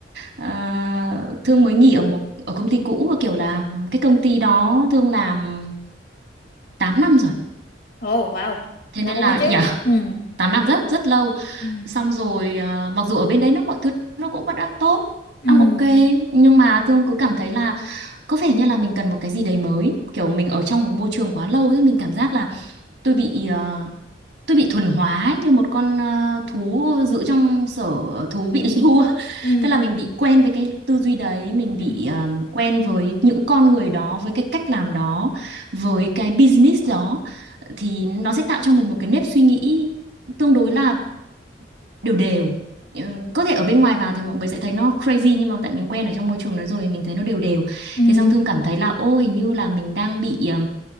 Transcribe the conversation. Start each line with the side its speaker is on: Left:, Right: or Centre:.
Right: à, Thương mới nghỉ ở một ở công ty cũ và kiểu là cái công ty đó Thương làm 8 năm rồi.
Left: ồ, wow,
Right: Thế
Left: lâu
Right: nên là
Left: quá chứ.
Right: yeah,
Left: Ừm,
Right: 8 năm rất rất lâu
Left: ừm,
Right: xong rồi à, mặc dù ở bên đấy nó mọi thứ nó cũng vẫn đang tốt
Left: ừm,
Right: đang ok nhưng mà Thương cứ cảm thấy là có vẻ như là mình cần một cái gì đấy mới kiểu mình ở trong một môi trường quá lâu ấy mình cảm giác là tôi bị à, tôi bị thuần hóa ấy, như một con à, thú giữ trong sở thú bị <laughs> lưu á
Left: ừm,
Right: tức là mình bị quen với cái tư duy đấy mình bị
Left: ừm,
Right: à, quen với những con người đó với cái cách làm đó với cái business đó thì nó sẽ tạo cho mình một cái nếp suy nghĩ tương đối là đều đều Ờ, có thể ở bên ngoài vào thì mọi người sẽ thấy nó crazy nhưng mà tại mình quen ở trong môi trường đó rồi mình thấy nó đều đều
Left: ừm,
Right: thế xong Thương
Left: ừm,
Right: cảm thấy là ô hình như là mình đang bị ờ,